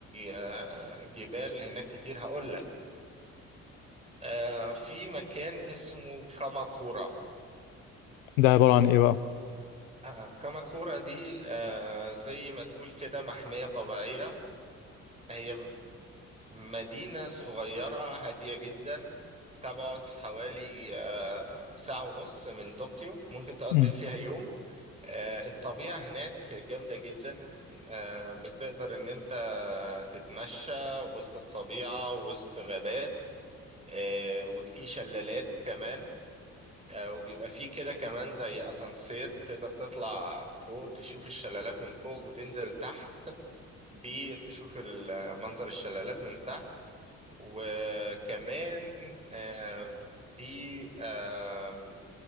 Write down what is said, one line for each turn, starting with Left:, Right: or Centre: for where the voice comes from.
Right: آه، جبال هناك كتير هقول لك آه، في مكان اسمه كاماكورا
Left: ده عباره عن ايه بقى
Right: آه، كاماكورا دي آه، زي ما تقول كده محمية طبيعية هي م- مدينة صغيرة هادية جدا تبعد حوالي آه، ساعة ونص من طوكيو ممكن تقضي
Left: مم.
Right: فيها يوم آه، الطبيعة هناك جامدة جدا آه، بتقدر إن أنت تتمشى وسط الطبيعة وسط غابات آه، وفي شلالات كمان آه، وبيبقى فيه كده كمان زي اسانسير بتقدر تطلع فوق تشوف الشلالات من فوق وتنزل تحت بيه تشوف ال- منظر الشلالات من تحت وكمان آه، في آه،